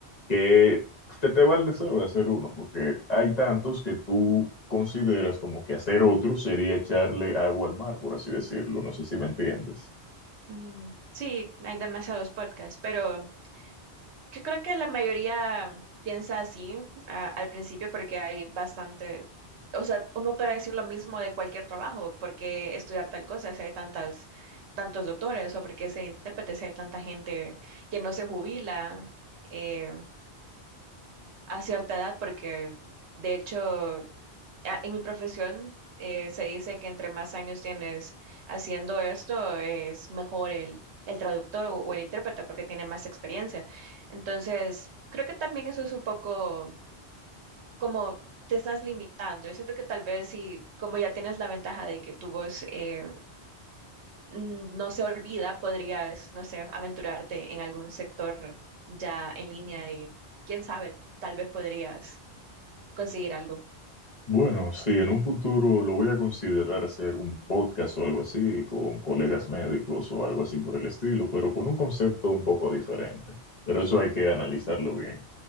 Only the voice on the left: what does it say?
que se te va el deseo de hacer uno, porque hay tantos que tú consideras como que hacer otro sería echarle agua al mar, por así decirlo. No sé si me entiendes.
Bueno, sí, en un futuro lo voy a considerar hacer un podcast o algo así, con colegas médicos o algo así por el estilo, pero con un concepto un poco diferente. Pero eso hay que analizarlo bien.